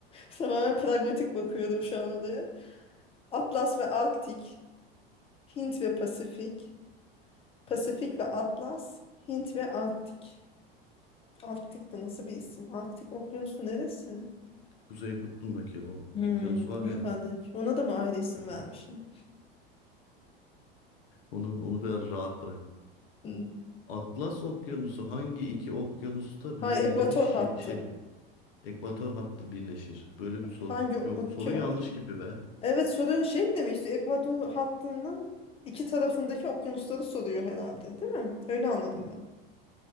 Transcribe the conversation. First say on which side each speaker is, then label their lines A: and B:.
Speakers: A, on the left (about 20°); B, on the left (about 70°).
A: Tamamen pragmatik bakıyorum şu an olaya. Atlas ve Arktik, Hint ve Pasifik, Pasifik ve Atlas, Hint ve Arktik. Arktik de nasıl bir isim? Arktik okyanusu neresi?
B: Kuzey Kutbu'ndaki o
A: Hmm,
B: okyanus var
A: yukarıdaki.
B: ya.
A: Ona da mı ayrı isim
B: hani
A: vermişler?
B: Onu onu biraz rahat bırak.
A: Hmm.
B: Atlas Okyanusu hangi iki okyanusta
A: Ha,
B: birleşi
A: ekvator hattı.
B: şey Ekvator hattı birleşir. Böyle bir soru
A: Hangi okya
B: yok. Soru
A: ok
B: yanlış gibi be.
A: Evet sorun şey mi demişti? Ekvator hattının iki tarafındaki okyanusları soruyor herhalde, değil mi? Öyle anladım ben.